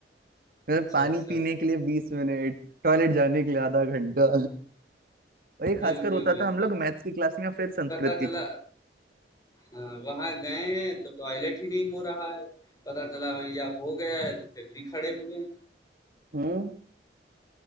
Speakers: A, on the right; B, on the left.
A: मतलब
B: अच्छा,
A: पानी
B: अच्छा।
A: पीने के लिए बीस मिनट टॉयलेट जाने के लिए आधा घंटा और ये खासकर
B: बिल्कुल,
A: होता
B: बिल्कुल।
A: था हम लोग मैथ्स की क्लास में या फिर संस्कृत
B: पता
A: की
B: चला हाँ, वहाँ गए हैं तो टॉयलेट ही नहीं हो रहा है। पता चला वहीं या हो गया है तो फिर भी खड़े हुए हैं।
A: हम्म